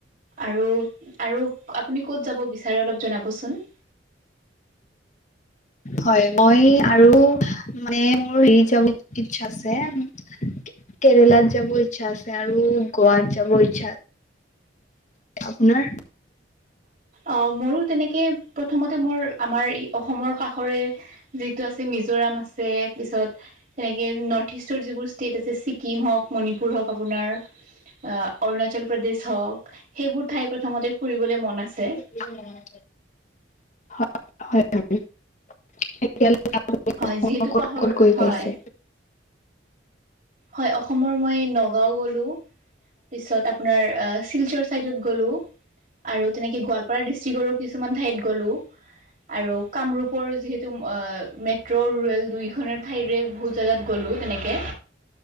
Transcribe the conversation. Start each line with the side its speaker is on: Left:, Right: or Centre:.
Right: আৰু, আৰু আপুনি ক'ত যাব বিচাৰে অলপ জনাবচোন?
Left: হয়, মই আৰু মানে মোৰ হেৰি যাব ইচ্ছা আছে কেৰেলাত যাব ইচ্ছা আছে আৰু গোৱাত যাব ইচ্ছা আছে। আপোনাৰ?
Right: অ', মোৰো তেনেকে প্ৰথমতে মোৰ আমাৰ অসমৰ কাষৰে যিটো আছে মিজোৰাম আছে, পিছত সেনেকে নৰ্থ -ইষ্টৰ যিবোৰ ষ্টেট আছে ছি ছিকিম হওঁক, মণিপুৰ হওঁক আপোনাৰ। অৰুণাচল প্ৰদেশ হওঁক, সেইবোৰ ঠাই প্ৰথমতে ফুৰিবলৈ মন আছে।
Left: <inaudible> এতিয়ালৈকে <unintelligible>
Right: হয়
Left: অসমৰ
Right: যিহেতু
Left: ক'ত
Right: পাহৰ
Left: ক'ত গৈ
Right: হয়
Left: পাইছে?
Right: হয়, অসমৰ মই ন গাঁও গ'লো, পিছত আপোনাৰ আ শিলচৰ চাইডত গ'লো। আৰু তেনেকে গোৱালপাৰা ডিষ্ট্ৰিক্টৰো কিছুমান ঠাইত গ'লো। আৰু কামৰূপৰ যিহেতু অ' মেট্ৰ' ৰুৰেল দুইখনৰ ঠাইৰে বহুত জেগাত গ'লো তেনেকে।